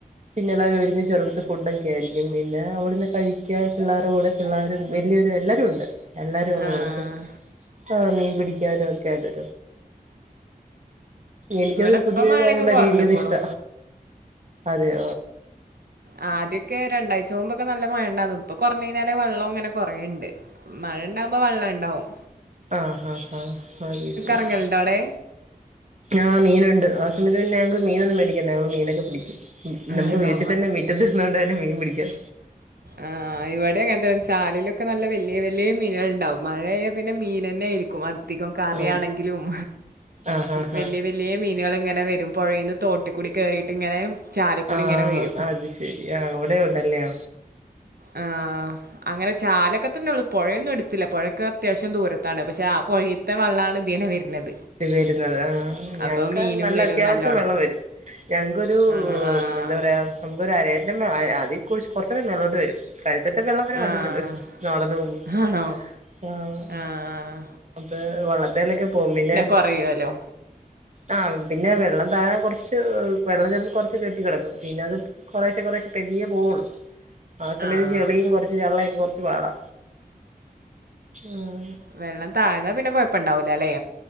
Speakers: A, on the right; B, on the right.
A: പിന്നെ എല്ലാവരും ഒരുപക്ഷ ച അവരു അടുത്ത് ഫുഡ ഒക്കെ ആയിരിക്ക പിന്നെ അവിടുന്ന് കഴിക്കുകൻ പിള്ളേരുടെ കൂടെ ള്ളരും വലിയ എല്ലാരും ഉണ്ട് എല്ലാരും അ
B: ആഹ്
A: വള്ളത് ആ മീൻ പിടിക്കാനും ഒക്കെ ആയിട്ട് എനിക്കതൊരു
B: ഇവിടെ ഇപ്പ
A: പുതിയ
B: മഴയൊക്കെ
A: ഇതായ കൊണ്ടായിരിക്കും
B: കുറഞ്ഞുക്കുണു
A: എനിക്കത് ഇഷ്ട അതെയ
B: ആ ആദ്യൊക്കെ രണ്ടാഴ്ച മുമ്പൊക്കെ നല്ല മഴണ്ടന്ന് ഇപ്പൊ കൊറഞ്ഞ കഴിഞ്ഞാല് വെള്ളം അങ്ങനെ കുറേുണ്ട് മഴ ഉണ്ടാാവുമ്പോ വെള്ള ണ്ടാവും
A: ആ ആ ആ അ ശരി
B: ഇറങ്ങലുണ്ടോ അവിടെ
A: ആ മീനുണ്ട് ആ സമയത്ത്ന്നെ ഞങ്ങക്ക് മീനൊന്നും മേടിക്ക ഞ മീനൊക്കെ പിടിക്കും നമുക്ക്
B: ആണോ
A: വീട്ടിൽ തന്നെ മീറ്റത്തിന്നുന്ന കൊണ്ട് തെ മീൻ പിടിക്കാം
B: ആ ഇവിടെ അങ്ങനെത്തെ ചാലയിലൊക്കെ നല്ല വലിയ വല്ിയ മീനുക ണ്ടാവും മഴഞ്ഞാ പിന്നെ മീൻ ന്നെ ആയിരിക്കും അധികം കറിയാണെങ്കിലും
A: ആഹ് ആഹ് ആഹ് ആഹ്
B: വലിയ വലിയ മീനുകൾ ഇങ്ങനെ വരും പുഴന്ന് തോട്ടിക്കൂടി കയറിയിട്ട് ഇങ്ങനെ ചാലിൽ കൂടി
A: ആ
B: ഇങ്ങനെ വരും
A: അത് ശെരി ആ അവിടെ ഉണ്ടല്ലേോ
B: ആ അങ്ങനെ ചാലൊക്കെ തന്നെ ഉള്ള പുഴയൊന്നും എടുത്തില്ല പുഴക്ക അത്യാവശ്യം ദൂരത്താണ് പക്ഷെ ആ പുഴയിലത്തെ വെള്ളാണ് ഇ ദീനെ വരുന്നത്
A: ത് വരുന്നത് ആഹാ ഞങ്ങക്ക്
B: അപ്പൊ മീനും
A: നല്ല
B: വരും
A: അത്യാവശ്യം
B: നല്ലോണം
A: വെള്ളം വരും ഞങ്ങക്കൊരു
B: ആണോ ആഹ്
A: മ്മ് എന്താ പറയാ നമുക്കൊരുരരാ <unintelligible> കൊറീച് കൊറേച് മേലോട്ട് വരും <unintelligible> വിടത്തെ വെള്ളം വരെ
B: ആഹ്
A: വന്നിട്ടുണ്ട് നടന്ന് പോവുമ്പോ
B: ആണോ
A: ആഹ്
B: ആഹ്
A: അപ്പൊ വള്ളത്തേലൊക്കെ പോകും പിന്നെ
B: പറയോലോ
A: ആഹ് പിന്നെ വെള്ളം താവാൻ കൊറച്ച് വെള്ളം ചെലപ്പോ കൊറച്ച് കെട്ടി കെ ടക്കും പിന്നെ അത് കൊറേശെ <unintelligible> ബോൾ ആസമയത്ത്
B: ആഹ്
A: ച്ചിരി ചെളീം കൊറച്ച് ചെള്ളയൊക്കെ കൊറച്ച് പാടാ ഉം
B: വെള്ളം താഴ്ന്നാ പിന്നെ കൊഴപ്പണ്ടാവില്ലല്ലേ